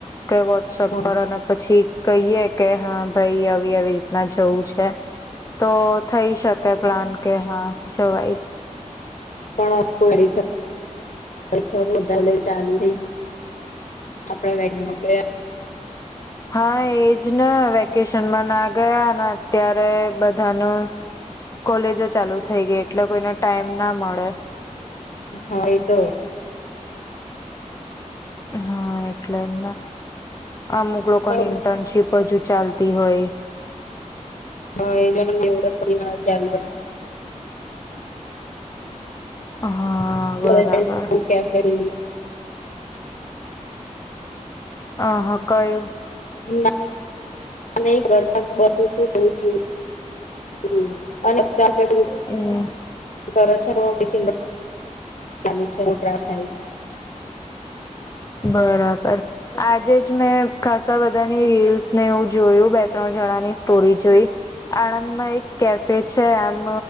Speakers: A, on the left; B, on the left.
A: કે વોટ્સઅપ
B: હા
A: પર અને, પછી કહીએ કે હા ભાઈ આવી આવી રીતના જવું છે તો થઈ શકે પ્લાન કે હા જવાય.
B: પણ આખું મેડિકલ <unintelligible> આપડા વેગમાં <inaudible>
A: હા એજ ને વેકેશનમાં ના ગયા અન અત્યારે બધાનું, કોલેજો ચાલુ થઈ ગઈ એટલે કોઈને ટાઈમ ના મળે.
B: હા એ તો
A: હા એટલે એમ અમુક લોકોની
B: ના
A: ઇન્ટર્નશીપ હજુ ચાલતી હોય.
B: હા એ જો ન એવડના જાલુ <inaudible>
A: હ હા
B: <unintelligible>
A: બરાબર
B: કેફે કર્યુ?
A: અહઃ ક્યુ?
B: <unintelligible> ની નઇ કરતા બધું તું હોવું જોઈ <unintelligible> અને સ્થાપેલું <unintelligible>
A: હમ
B: <unintelligible> કરે છે હુ ટીફીન બનાવ ચાલુ છેટ્ર થાય છે
A: બરાબર આજે જ મેં ખાસા બધાની રીલ્સ. નેવું જોયું બે ત્રણ જણાની સ્ટોરી જોઈ આણંદમાં એક કેફે છે એમ